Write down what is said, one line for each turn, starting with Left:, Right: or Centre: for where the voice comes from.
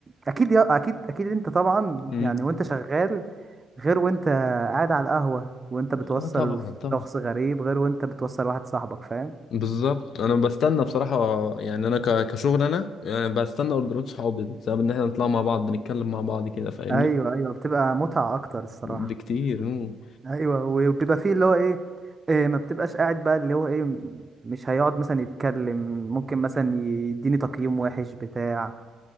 Right: اكيد يا... اكيد اكيد انت طبعا
Left: امم
Right: يعني وانت شغال غير وانت قاعد على القهوة وانت بتوصل
Left: اه طبعا طبعا
Right: شخص غريب غير وانت بتوصل واحد صاحبك فاهم
Left: بالظبط انا بستنى بصراحه يعني انا ك- كشغل انا يعني بستنى اوردرات صحابي بسبب ان احنا نطلع مع بعض نتكلم مع بعض كده فاهمني
Right: ايوه ايوه بتبقى متعة اكتر الصراحة
Left: بكتير مم.
Right: ايوه وبيبقى فيه اللي هو ايه, إيه ما بتبقاش قاعد بقى اللي هو ايه م- مش هيقعد مثلا يتكلم ممكن مثلا يديني تقييم وحش بتاع